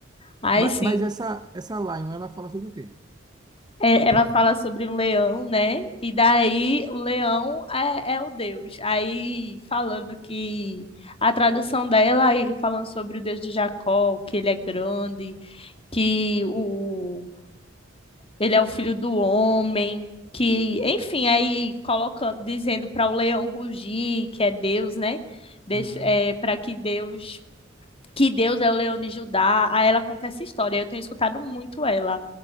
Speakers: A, on the left; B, on the right.
A: Aí
B: Mas,
A: sim,
B: mas essa, essa Lion, ela fala sobre o quê?
A: é, ela fala sobre um leão, né? E daí o leão é, é o Deus. Aí falando que a tradução dela, aí falando sobre o Deus de Jacó, que ele é grande, que o ele é o filho do homem, que, enfim, aí colocando, dizendo para o leão rugir, que é Deus, né? Deixa-
B: Hum.
A: é, para que Deus, que Deus é o leão de Judá. Aí ela conta essa história. Eu tenho escutado muito ela,